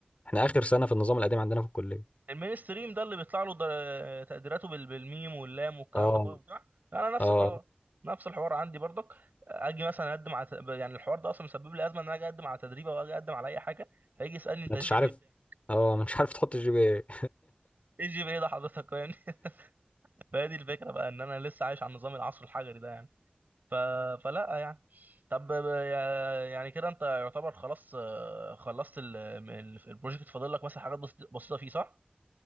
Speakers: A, on the left; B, on the right.
A: احنا اخر سنة في النظام القديم عندنا في الكلية
B: المين ستريم ده اللي بيطلع له در- تقديراته بال- بالميم واللام والكلام
A: اه
B: ده كله بتاع انا نفس
A: اه
B: الحوار نفس الحوار عندي برضك اجي مثلا اقدم على ت- يعني الحوار ده اصلا مسبب لي ازمه ان انا اجي اقدم على تدريب او اجي اقدم على اي حاجه فيجي يسالني انت
A: ما انتش
B: الجي
A: عارف
B: بي إيه بتاعك
A: اه ما انتش عارف تحط الجي بي ايه
B: ايه جي بي ايه ده حضرتك يعني <laughs> فهذه الفكره بقى ان انا لسه عايش على نظام العصر الحجري ده يعني ف... فلا يعني طب يا- يعني كده انت يعتبر خلاص آه، خلصت ال- ال- البروجكت فاضل لك مثلا حاجات بسيط- بسيطه فيه صح؟